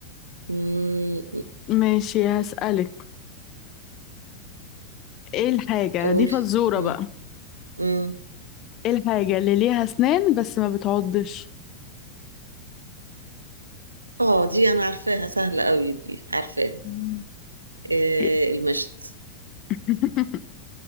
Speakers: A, on the right; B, on the left.
A: أمم،
B: ماشي هسألك ايه الحاجة
A: قولي
B: دي فزورة
A: أمم،
B: بقى
A: أمم.
B: ايه الحاجة اللي ليها اسنان بس ما بتعضش
A: اه دي انا عارفاها سهلة قوي دي عارفاها
B: مم.
A: آه
B: إيه؟
A: المشط
B: <laughs>